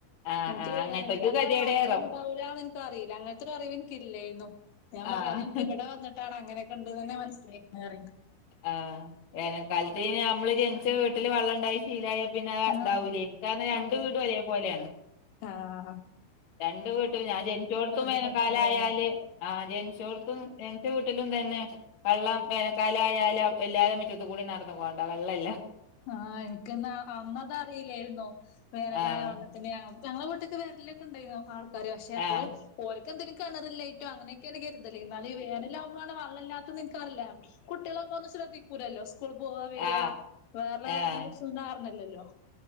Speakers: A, on the left (about 55°); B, on the left (about 80°).
A: ആഹ്
B: എനിക്ക്
A: ആഹ്
B: വേനൽക്കാലായ
A: അങ്ങനത്തോൽക്ക് ഗതികേടേറും
B: വള്ളം ഉണ്ടാവൂലാന്ന് എനിക്ക് അറിയില്ല. അങ്ങനത്തൊരു അറിവ് എനിക്കില്ലേനു ഞാൻ പറയാ
A: ആഹ്
B: അതെനക്ക് ഇവിടെ വന്നിട്ടാണ് അങ്ങനൊക്ക ഉണ്ടന്ന് തന്നെ മനസ്സിലായേക്കണെ പറയണ്ട്.
A: ആഹ് വേനൽക്കാലത്ത് ഞമ്മള് ജനിച്ച വീട്ടില് വെള്ളം ഉണ്ടായി ശീലായ പിന്നെ
B: ആഹ്
A: ഇതാവൂലേന് കാരണം രണ്ടു
B: അതെ
A: വീടും ഒരേ പോലെയാണ്.
B: ആഹ് ആ
A: രണ്ട് വീട്ടില് ഞാൻ ജനിച്ചോടത്തും
B: ബുദ്ധിമുട്ടാണല്ലേ.
A: വേനൽക്കാലായാല് ആ ജനിച്ചോടത്തും എന്റെ വീട്ടിലും ഇതന്നെ വെള്ളം വേനൽക്കാലം ആയാല് എല്ലാവരും മുറ്റത്തു കൂടി നടന്നു പോണ്ട. വെള്ളം ഇല്ല.
B: ആഹ് എനിക്കന്ന അന്നത് അറിയില്ലായിരുന്നു വേനലായ
A: ആഹ്
B: വെള്ള പിന്നെ ഞ, ഞങ്ങള വീട്ടക്ക് വരലൊക്കെ ഉണ്ടായിരുന്നു ആൾക്കാര്. പക്ഷെ അപ്പോളും
A: ആഹ്
B: ഓര്ക്കെന്തേലും കിണറില്ലാഞ്ഞിട്ടോ അങ്ങനെയൊക്കെണ് കരുതല്. എന്നാല് വേനാലാവുമ്പളാണ് വെള്ളം ഇല്ലാത്തേന്ന് എനിക്കറില്ല. കുട്ടികളൊക്ക ഒന്നും ശ്രദ്ധിക്കൂല്ലല്ലോ. സ്കൂൾ പോവാ വരാ.
A: ആഹ്
B: വേറെയൊള്ള കാര്യത്തിനെ
A: ആഹ്
B: കുറിച്ചൊന്നും ധാരണയില്ലല്ലോ.